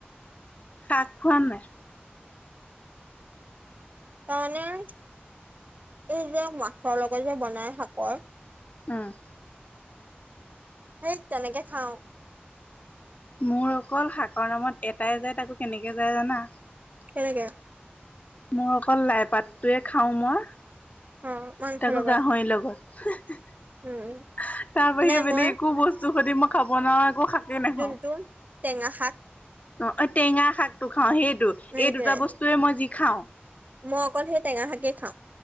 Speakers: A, on the left (about 40°); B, on the right (about 45°).
A: শাক খোৱা নাই?
B: তাৰমানে, এই যে মাছৰ লগত যে বনাই শাকৰ',
A: উম',
B: সেই তেনেকে খাওঁ',
A: মোৰ অকল শাকৰ নামত এটাই যাই তাকো কেনেকে যায় জানা?
B: কেনেকে?
A: মই অকল লাই পাতটোৱে খাওঁ মই,
B: অ মাংসৰ
A: তাকো
B: লগত
A: গাহৰিৰ লগত', হা', -হা', -হা', হা',
B: উম
A: -হা', তাৰ বাহিৰে
B: নাই
A: বেলেগ
B: মই
A: একো বস্তু সদি মই খাব নোৱাৰোঁ একো শাকেই নেখাওঁ
B: যোনটো
A: ',
B: টেঙা শাক?
A: অ', টেঙা শাকটো খাওঁ সেইটো,
B: সেইটোৱে
A: এই দুটা বস্তুয়ে মই যি খাওঁ',
B: মই অকল সেই টেঙা শাকে খাওঁ',